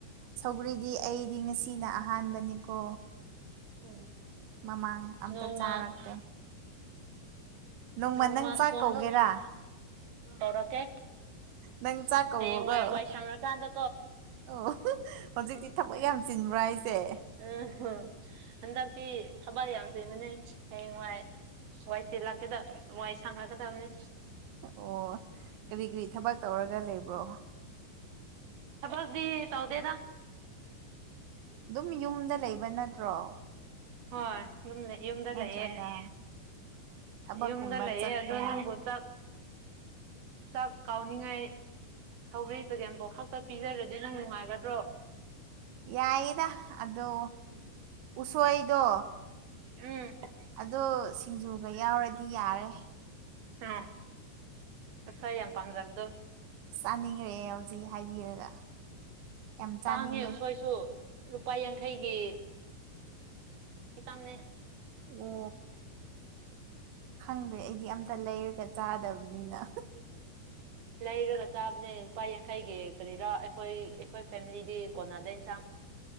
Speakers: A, on the right; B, on the right.
A: ꯁꯧꯒ꯭ꯔꯤꯗꯤ ꯑꯩꯗꯤ ꯉꯁꯤ ꯁꯤꯅ ꯑꯍꯥꯟꯕꯅꯤꯀꯣ
B: ꯎꯝ
A: ꯃꯃꯥꯡ ꯑꯝꯇ
B: ꯅꯣꯡꯃ
A: ꯆꯥꯔꯛꯇꯦ ꯅꯣꯡꯃ
B: ꯎ
A: ꯅꯪ
B: ꯃꯥꯁꯨꯉ
A: ꯆꯥꯛ ꯀꯧꯒꯦꯔꯥ
B: ꯇꯧꯔꯛꯀꯦ
A: ꯅꯪ ꯆꯥꯛ ꯀꯧꯔꯒ
B: ꯍꯌꯦꯡ ꯋꯥꯏ ꯋꯥꯏ ꯁꯪꯉꯀꯥꯟꯗ
A: ꯑꯣ ꯍꯧꯖꯤꯛꯇꯤ ꯊꯕꯛ ꯌꯥꯝ ꯆꯤꯟꯕ꯭ꯔꯥ ꯍꯥꯏꯁꯦ
B: ꯑ ꯍꯣ ꯍꯟꯗꯛꯇꯤ ꯊꯕꯛ ꯌꯥꯝ ꯆꯦꯟꯕꯅꯦ ꯍꯌꯦꯡꯋꯥꯏ ꯋꯥꯏꯆꯦ ꯂꯥꯛꯀꯦꯗ ꯋꯥꯏ ꯁꯪꯅꯒꯗꯕꯅꯤ
A: ꯑꯣ ꯀꯔꯤ ꯀꯔꯤ ꯊꯕꯛ ꯇꯧꯔꯒ ꯂꯩꯕ꯭ꯔꯣ
B: ꯈꯕꯁꯗꯤ ꯇꯥꯎꯗꯦꯗ
A: ꯑꯗꯨꯝ ꯌꯨꯝꯗ ꯂꯩꯕ ꯅꯠꯇ꯭ꯔꯣ
B: ꯍꯣꯏ ꯌꯨꯝꯗ
A: ꯅꯠꯇ꯭ꯔꯒ
B: ꯂꯩꯑꯦ
A: ꯊꯕꯛꯀꯨꯝꯕ
B: ꯌꯨꯝꯗ ꯂꯩꯌꯦ
A: ꯆꯠꯄ꯭ꯔꯥ
B: ꯑꯗꯣ ꯅꯪꯕꯨ ꯆꯥꯛ ꯆꯥꯛ ꯀꯥꯎꯅꯤꯡꯉꯥꯏ ꯁꯧꯒ꯭ꯔꯤ ꯆꯒꯦꯝ ꯑꯃꯕꯥꯎ ꯈꯛꯇ ꯄꯤꯖꯔꯗꯤ ꯅꯪ ꯅꯨꯡꯉꯥꯏꯒ꯭ꯔ
A: ꯌꯥꯏꯗ ꯑꯗꯣ ꯎꯁꯣꯏꯗꯣ
B: ꯎꯝ
A: ꯑꯣ ꯁꯤꯡꯖꯨꯒ ꯌꯥꯎꯔꯗꯤ ꯌꯥꯔꯦ
B: ꯑ ꯑꯁꯣꯏ ꯌꯥꯝ ꯄꯥꯝꯖꯕꯗꯣ
A: ꯆꯥꯅꯤꯡꯈ꯭ꯔꯦ ꯍꯧꯖꯤꯛ ꯍꯥꯏꯕꯤꯔꯒ ꯌꯥꯝ ꯆꯥꯅꯤꯡꯉꯦ
B: ꯇꯥꯡꯉꯤ ꯎꯁꯣꯏꯁꯨ ꯂꯨꯄꯥ ꯌꯥꯡꯈꯩꯒꯤ ꯈꯤꯇꯪꯅꯦ
A: ꯑꯣ ꯈꯪꯗꯦ ꯑꯩꯗꯤ ꯑꯝꯇ ꯂꯩꯔꯒ ꯆꯥꯗꯕꯅꯤꯅ
B: ꯂꯩꯔꯒ ꯆꯥꯕꯅꯦ ꯂꯨꯄꯥ ꯌꯥꯡꯈꯩꯒꯤ ꯀꯔꯤꯔꯥ ꯑꯩꯈꯣꯏ ꯑꯩꯈꯣꯏ ꯐꯦꯃꯤꯂꯤꯗꯤ ꯀꯣꯟꯅꯥꯗ ꯏꯟꯁꯥꯡ